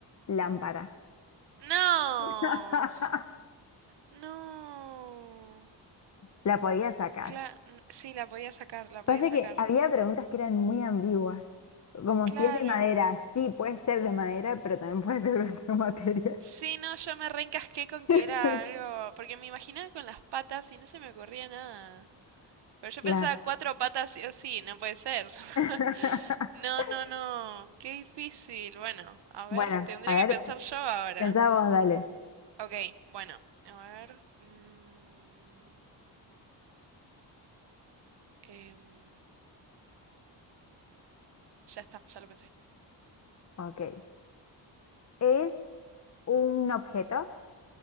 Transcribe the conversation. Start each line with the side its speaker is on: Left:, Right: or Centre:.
Left: lámpara.
Right: No,
Left: <laughs>
Right: no.
Left: La podía sacar.
Right: Claro, sí, la podía sacar, la podía
Left: Pasa
Right: sacar.
Left: que había preguntas que eran muy ambiguas, como
Right: Claro.
Left: si es de madera, sí, puede ser de madera, pero también puede ser de otro material.
Right: Sí, no, yo me reencasqué con
Left: <laughs>
Right: que era algo, porque me imaginaba con las patas y no se me ocurría nada. Pero yo
Left: Claro.
Right: pensaba cuatro patas sí o sí, no puede ser. <laughs>
Left: <laughs>
Right: No, no, no. Qué difícil. Bueno, a ver,
Left: Bueno,
Right: tendría
Left: a
Right: que
Left: ver,
Right: pensar yo ahora.
Left: pensá vos, dale.
Right: Ok, bueno, a ver. mm, em, ya está, ya lo pensé.
Left: Ok. ¿Es un objeto?